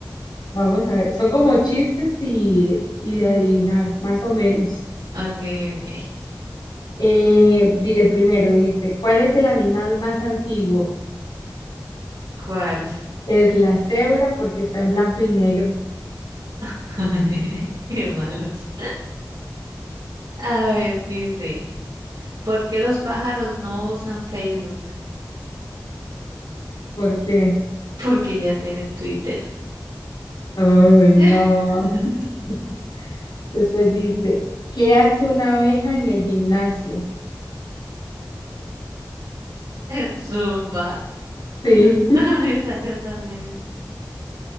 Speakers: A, on the left (about 80°); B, on the right (about 90°).
A: Vamos a ver. Son como chistes y, y de adivinar, más o menos.
B: dele. Ok, ok.
A: Eh, di- el primero dice, ¿cuál es el animal más antiguo?
B: ¿Cuál?
A: Es la cebra porque está en blanco y negro.
B: <laughs> Qué malos. A ver, dice, ¿por qué los pájaros no usan Facebook?
A: Porque,
B: <laughs> Porque ya tienen Twitter.
A: ay,
B: <laughs>
A: no. <laughs> Después dice, ¿qué hace una abeja en el gimnasio?
B: Zumba.
A: Sí.
B: <laughs> Me salió también ese.